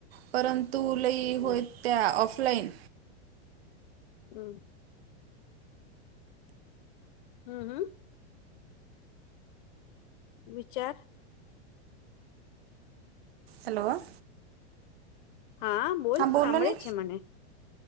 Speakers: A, on the right (about 60°); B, on the left (about 45°).
A: પરંતુ લઈ. કે હોય,
B: હમ
A: ત્યા ઓફલાઈન.
B: હમ. હમ, હમ. વિચાર.
A: હલો.
B: હા, બોલ
A: બોલો
B: સાંભળે
A: ને
B: છે મને.